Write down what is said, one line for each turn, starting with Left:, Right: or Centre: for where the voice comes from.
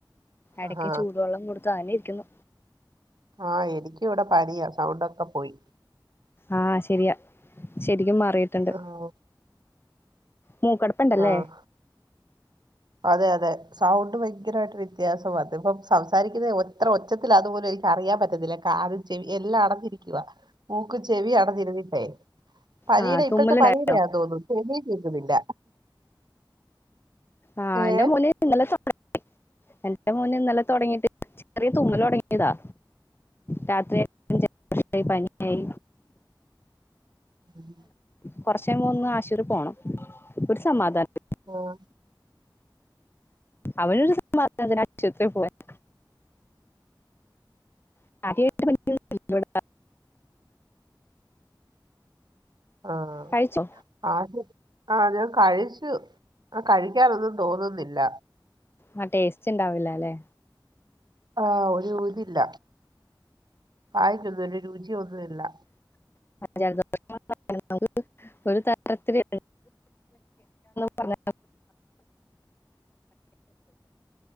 Left: എടക്ക്
Right: ആഹാ
Left: ചൂടുവെള്ളം കൊട്ത്തു അങ്ങനെ ഇരിക്കുന്നു
Right: ആഹ് എനിക്കിവിടെ പനിയാ സൗണ്ടൊക്കെ പോയി
Left: ആഹ് ശെരിയാ ശെരിക്കും മാറീട്ട്ണ്ട്
Right: ആഹ്
Left: മൂക്കടപ്പ്ണ്ടല്ലേ
Right: ആഹ് അതെ അതെ സൗണ്ട് ഭയങ്കരായിട്ട് വ്യത്യാസം വന്ന് ഇപ്പം സംസാരിക്കുന്നെ ഇത്രെ ഒ ച്ചത്തിലാന്ന് പോലും എനിക്കറിയാൻ പറ്റത്തില്ല കാതും ചെവിം എല്ലാം അടഞ്ഞിരിക്കുവാ മൂക്കും ചെവിം അടഞ്ഞിര്ന്നിട്ടേ പനീടെ
Left: ആ
Right: ഇപ്പഴത്തെ
Left: തുമ്മലുണ്ടായോ
Right: പനീടെയാന്ന് തോന്നുന്നു ചെവിം കേക്ക്ന്നില്ല
Left: ആഹ്
Right: ഏഹ്
Left: എന്റെ മോന് ഇന്നലെ തൊടങ്ങി എന്റെ മോന് ഇന്നലെ തൊടങ്ങീട്ട് ചെറിയ തുമ്മലൊടങ്ങി യതാ രാത്രി പനിച്ചില്ല പക്ഷെ പനിയായി
Right: ഉം
Left: കൊറ്ച്ചയ്യുമ്പോ ഒന്ന് ആശുപത്രി പോണം ഒര് സമാധാനത്തിന്
Right: പോവാൻ
Left: അവനൊര് <unintelligible> <unintelligible>
Right: ആഹ്,
Left: കഴിച്ചോ
Right: ആദ്യൊക്കെ ആഹ്, ഞാൻ കഴിച്ചു. ആഹ് കഴിക്കാനൊന്നും തോന്നുന്നില്ല.
Left: ആഹ്, ടേസ്റ്റ്ണ്ടാവില്ലലെ.
Right: ആഹ്, ഒരു രുചില്ല. വായക്കൊന്നും ഒര് രുചിയൊന്നു ഇല്ല.
Left: <unintelligible> ഒരു <unintelligible> പർഞ്ഞ